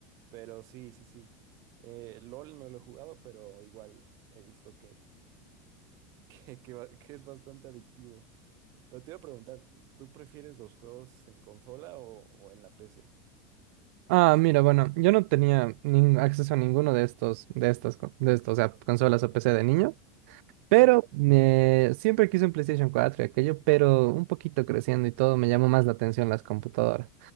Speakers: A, on the right; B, on the right.
A: pero sí, sí, sí. Eh, LOL no lo he jugado, pero igual he visto que, <laughs> que, que, va- que es bastante adictivo. Pero te iba a preguntar, ¿tú prefieres los juegos en consola o, o en la PC?
B: Ah, mira, bueno, yo no tenía nin- acceso a ninguno de estos, de estas, co- de estos, o sea, consolas o PC de niño. Pero
A: Sí, sí.
B: me- siempre quise un PlayStation 4 y aquello, pero un poquito creciendo y todo, me llamó más la atención las computadoras.